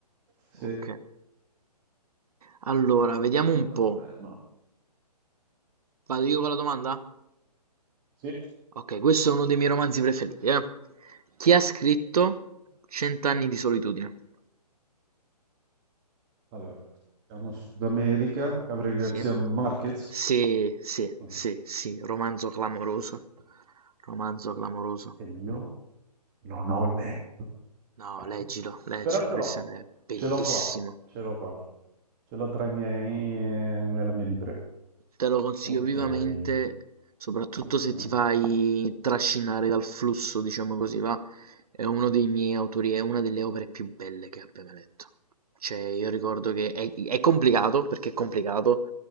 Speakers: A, on the right (about 30°); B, on the right (about 60°).
A: Sì.
B: Ok. Allora, vediamo un
A: No, ma-
B: po'.
A: eh, no.
B: Vado io con la domanda?
A: Sì.
B: Ok, questo è uno dei miei romanzi preferiti, eh. Chi ha scritto Cent'anni di solitudine?
A: Allora, siamo Sud America, Gabriel Garcia
B: Sì,
A: Marquez.
B: sì, sì,
A: Ok.
B: sì, sì, romanzo clamoroso, romanzo clamoroso.
A: E io non ho letto.
B: No,
A: <laughs>
B: leggilo, leggilo,
A: Però ce
B: Christian
A: l'ho,
B: è bellissimo.
A: ce l'ho qua, ce l'ho qua. Ce l'ho tra i miei, nella mia libreria.
B: Te lo consiglio
A: Ok.
B: vivamente, soprattutto
A: Mhm.
B: se ti fai trascinare dal flusso, diciamo così, va. È uno dei miei autori, è una delle opere più belle che abbia mai letto. Cioè, io ricordo che è, è complicato, perché è complicato,